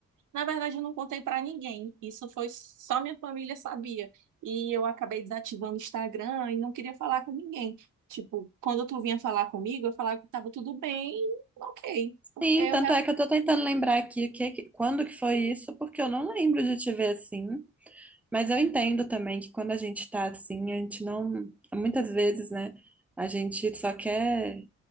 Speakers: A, on the right; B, in the centre.
A: Na verdade, eu não contei para ninguém. Isso foi só minha família sabia. E eu acabei desativando o Instagram e não queria falar com ninguém. Tipo, quando tu vinha falar comigo, eu falava que tava tudo bem, ok, porque
B: Sim,
A: eu
B: tanto
A: realmente.
B: é que eu tô tentando lembrar aqui o que, que- quando que foi isso, porque eu não lembro de te ver assim. Mas eu entendo também que quando a gente tá assim, a gente não, muitas vezes, né? A gente só quer